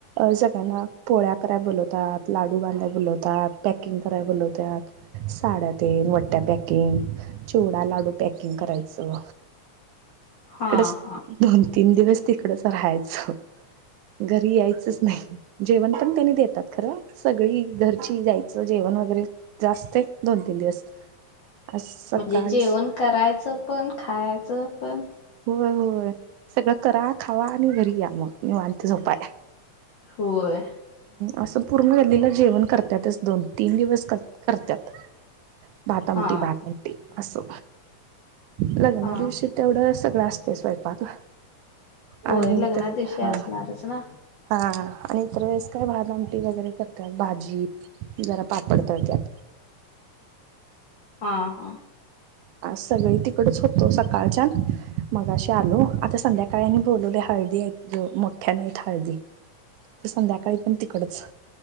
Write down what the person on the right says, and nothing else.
सग ना पोळ्या कराय बोलवतात, लाडू बांधाय बोलवतात, पॅकिंग कराय बोलवतात, सा ड्या रे मोठ्या पॅकिंग चिवडा, लाडू पॅकिंग करायचं.
तिकडंच
दोन तीन दिवस तिकडंच राहायचं. घरी यायचंच नाही. जेवण पण त्यांनी देतात खरं, सगळी घरची जायचं जेवण वगैरे जे असतंय दोन तीन <unintelligible> सकाळीच
होय- होय सगळं करा खावा आणि घरी या मग निवांत झोपाय
असं पूर्ण गल्लीला जेवण करत्यातच, दोन तीन दिवस करत्यात. भातआमटी
भातआमटी असं लग्ना
दिवशी तेवढं सग लास्ट स्वयंपाक
आणि
तरी
हां
हां. आणि इतर वेळेस काय भात आमटी वगैरे करतात भाजी जरा पापड तळत्याात.
आ सगळी तिकडच होतो सकाळच्यान मगाशी आलो आता संध्याकाळनी बोलवले हळदी आहेत मोठ्याने हाईत हळदी. क संध्या तिकडच.